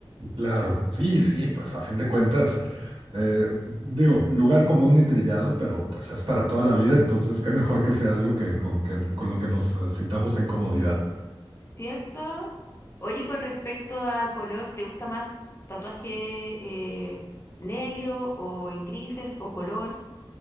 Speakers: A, on the right; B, on the left.
A: Claro, sí, sí, pues a fin de cuentas, eh, digo, lugar común y trillado, pero pues es para toda la vida,
B: Mm.
A: entonces qué mejor que sea algo que con, que- con lo que nos eh, sintamos en comodidad.
B: ¿Cierto? Oye, con respecto a color, ¿te gusta más tatuaje eh, negro o en grises o color?